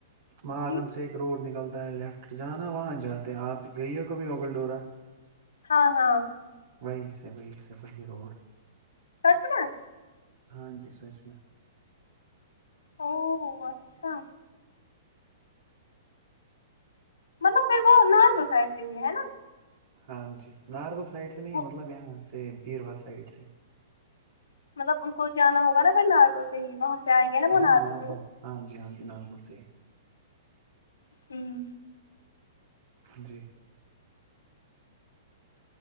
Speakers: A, on the right; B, on the left.
A: ماگم
B: جی
A: سے ایک روڈ نکلتا ہے لیفٹ جانا وہاں جاتے آپ گئی ہو کبھی ببل ڈورا
B: ہاں ہاں
A: وہی سے وہی سے وہی روڈ
B: سچ میں
A: ہاں جی سچ میں
B: او اچھا مطلب پھر وہ ناربل سائڈ سے ہی ہے ہے نا
A: ہاں جی ناربول سائڈ سے نہیں
B: وہ
A: مطلب یہاں سے بییروا سائڈ سے
B: مطلب ان کو جانا ہوگا نا پھر ناربل سے ہی وہاں سے آئیں گے نا وہ
A: ہاں ناربل
B: سے ہی
A: ہاں جی ہاں جی ناربل سے ہی
B: ہمم
A: جی